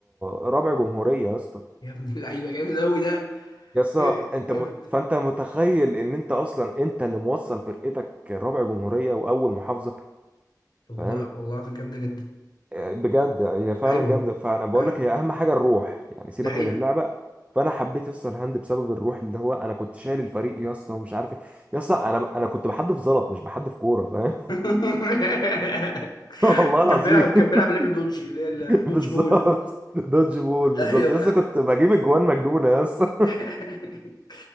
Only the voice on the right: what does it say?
رابع جمهوريه يا اسطى
يا اسطى
انت
م... فانت متخيل ان انت اصلا انت اللي موصل فرقتك رابع جمهوريه واول محافظه
فاهم
آه، بجد هي فعلا
جامده فانا بقول
لك هي اهم حاجه الروح يعني سيبك
من اللعبه فانا حبيت يا اسطى الهاند بسبب الروح اللي هو انا كنت شايل الفريق يا اسطى ومش عارف ايه يا اسطى انا انا كنت بحدف زلط مش بحدف كوره فاهم
<laughs> والله العظيم
<laughs>
بالظبط
دوج بول بالظبط
يا اسطى كنت بجيب اجوان مجنونه يا اسطى